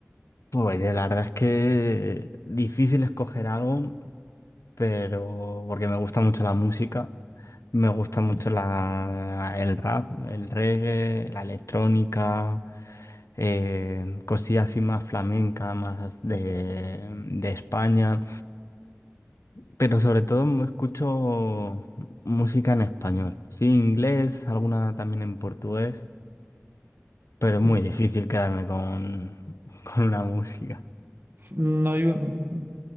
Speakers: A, on the left (about 85°); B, on the right (about 50°).
A: Pues la verdad es que difícil escoger algo, pero porque me gusta mucho la música, me gusta mucho la, el rap, el reggae, la electrónica, eh, cosillas así más flamenca, más de, de España, pero sobre todo escucho música en español, sí, inglés, alguna también en portugués, pero
B: Ok.
A: es muy difícil quedarme con, <laughs> con una música.
B: S- No hay un-